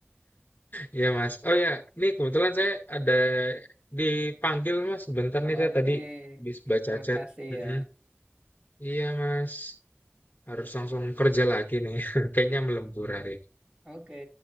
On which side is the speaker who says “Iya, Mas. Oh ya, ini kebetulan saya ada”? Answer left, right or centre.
Left